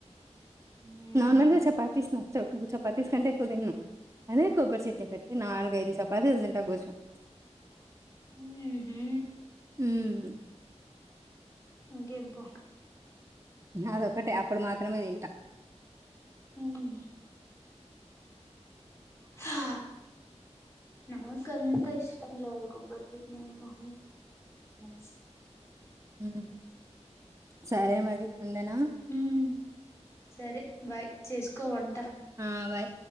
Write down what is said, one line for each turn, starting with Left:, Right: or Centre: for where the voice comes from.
Left: మ్మ్.
Right: నార్మల్గా చపాతీస్ నచ్చావ్ టుగు చపాతీస్ కంటే పుదిన్ను అదే కొబ్బరి చట్ని పెట్టి నాలుగు ఐదు చపాతిస్ తింట కూచోన్
Left: మ్మ్హూ.
Right: ఉమ్
Left: ఇంకేం పో
Right: అదోక్కటే అప్పుడు మాత్రమే తింట
Left: మ్మ్ హా నాకంత ఇష్టం లేదు కొబ్బర్ చట్నీ అన్నా <unintelligible>
Right: ఉమ్ సరే మరి ఉండనా
Left: మ్మ్. సరే బాయ్ చేసుకో వంట
Right: ఆ బాయ్